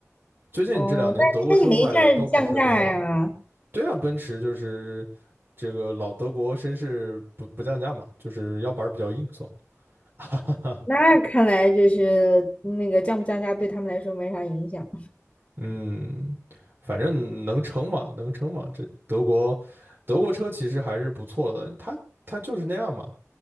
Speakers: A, on the right; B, on the left.
A: 最近这两年德国车卖的都不是很好。
B: 哦，但是它也没降降价呀。
A: 对啊，奔驰就是这个老德国绅士不不降价嘛，就是腰板儿比较硬，哈。
B: 那看来就是那个降不降价对他们来说没啥影响。
A: <laughs> 嗯，反正能撑嘛，能撑嘛。这德国德国车其实还是不错的，它它就是那样嘛。